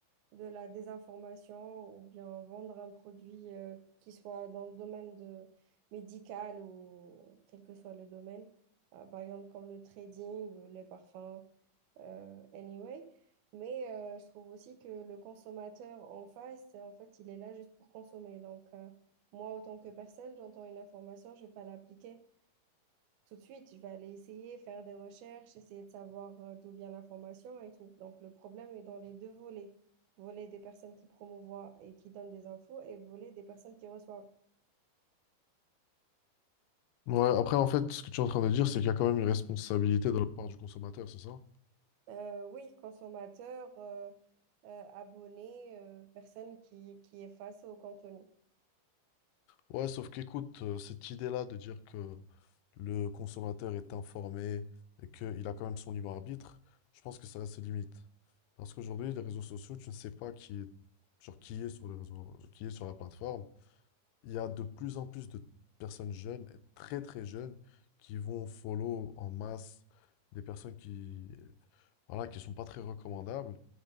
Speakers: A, on the right; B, on the left.
A: de la désinformation ou bien vendre un produit euh, qui soit dans le domaine de médical ou quel que soit le domaine. Euh, par exemple, comme le trading, euh, les parfums. euh, anyway. Mais euh, je trouve aussi que le consommateur en face, en fait, il est là juste pour consommer. Donc, euh, moi, autant que personne, j'entends une information, je ne vais pas l'appliquer tout de suite. Je vais aller essayer, faire des recherches, essayer de savoir euh, d'où vient l'information et tout. Donc, le problème est dans les deux volets. Volet des personnes qui promouvoient et qui donnent des infos et volet des personnes qui reçoivent.
B: Ouais, après, en fait, ce que tu es en train de dire, c'est qu'il y a quand même une responsabilité de la part du consommateur, c'est ça?
A: Euh, oui, consommateur, euh, euh, abonné, euh, personne qui, qui est face au contenu.
B: Ouais, sauf qu'écoute, euh, cette idée-là de dire que le consommateur est informé et qu'il a quand même son libre arbitre, je pense que ça a ses limites. Parce qu'aujourd'hui, les réseaux sociaux, tu ne sais pas qui est, genre, qui est sur les réseaux, qui est sur la plateforme. Il y a de plus en plus de personnes jeunes, et très très jeunes, qui vont follow en masse des personnes qui, voilà, qui sont pas très recommandables.